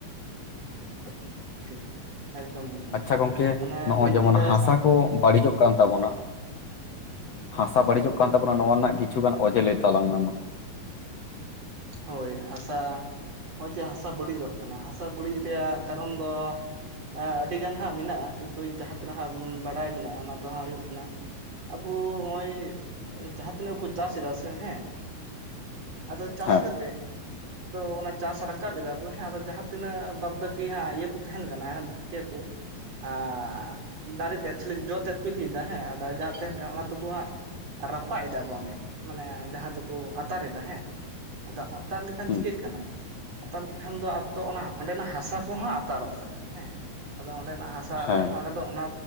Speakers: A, on the right; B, on the left.
A: ᱟᱴ ᱴᱷᱤᱠ ᱮᱠᱫᱚᱢ ᱮᱠᱫᱚᱢ
B: ᱟᱪᱪᱷᱟ ᱜᱚᱝᱠᱮ
A: ᱢᱟᱱᱮ
B: ᱱᱚᱜᱼᱚᱭ
A: ᱵᱟᱹᱲᱤᱡ
B: ᱡᱮᱢᱚᱱ
A: ᱮᱫᱟᱭ
B: ᱦᱟᱥᱟ
A: ᱥᱟᱶ
B: ᱠᱚ ᱵᱟᱹᱲᱤᱡᱚᱜ
A: ᱦᱮᱸ
B: ᱛᱟᱵᱚᱱᱟ ᱦᱟᱥᱟ ᱵᱟᱹᱲᱤᱡᱚᱜ ᱠᱟᱱ ᱛᱟᱵᱚᱱᱟ ᱱᱚᱣᱟ ᱨᱮᱱᱟᱜ ᱠᱤᱪᱷᱩᱩᱜᱟᱱ ᱚᱡᱮ ᱞᱟᱹᱭ ᱛᱟᱞᱟᱝ ᱢᱮ ᱢᱟ
A: ᱦᱳᱭ ᱦᱟᱥᱟ ᱱᱚᱜᱼᱚᱭ ᱡᱮ ᱦᱟᱥᱟ ᱵᱟᱹᱲᱤᱡᱚᱜ ᱠᱟᱱᱟ ᱦᱟᱥᱟ ᱵᱟᱹᱲᱤᱡ ᱨᱮᱭᱟᱜ ᱠᱟᱨᱚᱱ ᱫᱚ ᱦᱮᱸ ᱟᱹᱰᱤᱜᱟᱱ ᱦᱟᱸᱜ ᱢᱮᱱᱟᱜᱼᱟ ᱠᱤᱱᱛᱩ ᱡᱟᱦᱟᱸ ᱛᱤᱱᱟᱹᱜ ᱵᱟᱰᱟᱭ ᱢᱮᱱᱟᱜᱼᱟ ᱚᱱᱟ ᱫᱚ ᱦᱟᱸᱜ ᱦᱩᱭᱩᱜ ᱠᱟᱱᱟ ᱟᱵᱚ ᱱᱚᱜ ᱚᱭ ᱡᱟᱦᱟᱸ ᱛᱤᱱᱟᱹᱜ ᱵᱚ ᱪᱟᱥ ᱮᱫᱟ ᱥᱮ ᱦᱮᱸ ᱟᱫᱚ ᱪᱟᱥ
B: ᱦᱮᱸ
A: ᱠᱟᱛᱮᱫ ᱟᱫᱚ ᱚᱱᱟ ᱪᱟᱥ ᱨᱟᱠᱟᱵ ᱮᱫᱟ ᱠᱚ ᱦᱮᱸ ᱟᱫᱚ ᱡᱟᱦᱟᱸ ᱛᱤᱱᱟᱹᱜ ᱵᱟᱫᱽ ᱵᱟᱹᱠᱤ ᱤᱭᱟᱹ ᱠᱚ ᱛᱟᱦᱮᱸᱱ ᱠᱟᱱᱟ ᱤᱭᱟᱹ ᱠᱚ ᱟ ᱫᱟᱨᱮ ᱛᱮᱫ ᱡᱚ ᱛᱮᱫ ᱠᱚ ᱤᱫᱤᱭᱮᱫᱟ ᱦᱮᱸ ᱫᱟᱨᱮ ᱡᱟᱦᱟᱸ ᱛᱟᱦᱮᱸᱱ ᱡᱟ ᱠᱟ ᱫᱚᱠᱚ ᱦᱟᱸᱜ ᱨᱟᱯᱟᱜ ᱮᱫᱟ ᱠᱚ ᱚᱸᱰᱮ ᱢᱟᱱᱮ ᱡᱟᱦᱟᱸ ᱫᱚ ᱠᱚ ᱟᱛᱟᱨ ᱮᱫᱟ ᱦᱮᱸ ᱟᱫᱚ ᱟᱛᱟᱨ ᱞᱮᱠᱷᱟᱱ
B: ᱦᱮᱸ
A: ᱪᱤᱠᱟᱹᱜ ᱠᱟᱱᱟ ᱟᱛᱟᱨ ᱞᱮᱠᱷᱟᱱ ᱫᱚ ᱟᱫᱚ ᱚᱱᱟ ᱚᱸᱰᱮᱱᱟᱜ ᱦᱟᱥᱟ ᱠᱚᱦᱚᱸ ᱟᱛᱟᱨᱚᱜ ᱠᱟᱱᱟ ᱦᱮᱸ ᱟᱫᱚ ᱚᱸᱰᱮᱱᱟᱜ ᱦᱟᱥᱟ
B: ᱦᱮᱸ
A: ᱪᱟᱥᱟᱠᱷᱟᱱ ᱚᱸᱰᱮ ᱫᱚ ᱚᱱᱟ